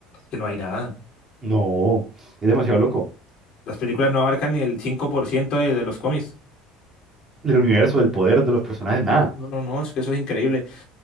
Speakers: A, on the left (about 40°); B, on the right (about 15°).
A: que no hay nada.
B: No, es demasiado loco.
A: Las películas no abarcan ni el 5% de, de los cómics.
B: El universo, el poder de los personajes, nada.
A: No, no, no, es que eso es increíble.